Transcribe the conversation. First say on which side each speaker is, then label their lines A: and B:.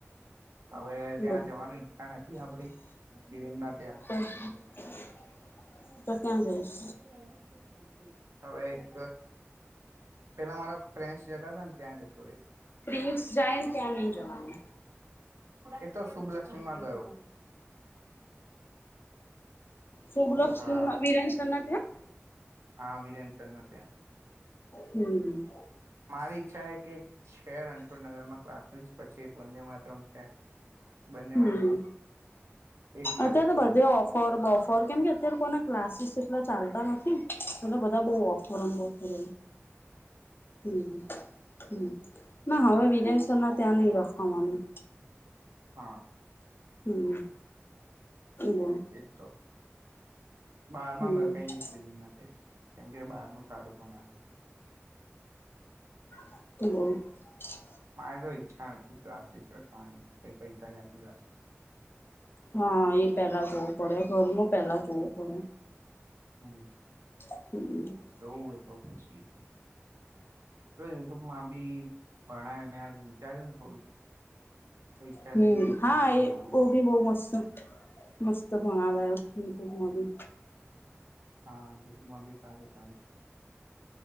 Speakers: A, on the right; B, on the left.
A: હવે ત્યાં
B: બોલ
A: જવાની ઈચ્છા નથી આપડી વીરેનાથે
B: <inaudible>
A: હમ
B: તો ક્યાં જઈશ
A: હમ <inaudible> હવે એક પેલા મારા ફ્રેન્ડસ જતા હતા ને ત્યાં જતો રહીશ.
B: પ્રિન્સ જાયને ત્યા નહિ જવાનું
A: એતો શુભલક્ષ્મીમાં ગયો.
B: શુભલક્ષ
A: હા
B: વીરેન સરના ત્યાં
A: હા વિરેન સરને ત્યાં
B: હમ
A: મારી ઈચ્છા એ કે છે રણછોડનગરમાં ક્લાસીસ પછી એક વંદેમાત્રમ છે. બને
B: હમ
A: માઇ કોક એકમાં
B: અત્યારે
A: જતો
B: તો બધે
A: રહું
B: ઓફર બફર કેમ કે અત્યારે કોના ક્લાસીસ એટલા ચાલ તા નથી પેલા બધા બહ ઓફર એમ ઓફર એમ હમ હમ ના
A: હમ
B: હવે વિરેન સરના ત્યાંની રાખવાની
A: હા
B: હમ બોલ
A: એ તો બહાર
B: હમ
A: મ રખાઈ જઈશ રૂમ ના. કેમ કે બહાર ન સારું પણ આવે.
B: <inaudible>
A: મારે તો ઈચ્છા નથી તલાસીસખવાની કઈ પૈસા જ લ
B: હા એ પેલા જોવું પડે ઘરનું પેલા જોવું પડે.
A: <inaudible>
B: <inaudible>
A: જોવું હોય તો પછી. જો યુટ્યુબ માં બી ભણ મેં આ વિચારજ ને થોડું તો ઈચ્છા
B: હમ
A: થઈ કે યુટ્યુબમાં
B: હા
A: બી
B: એ
A: ભણાય
B: ઓ ભી બહુ મસ્ત મસ્ત બના લ એ યુટ્યુબમાં ભી.
A: હા દૂધમાં બી સારું ક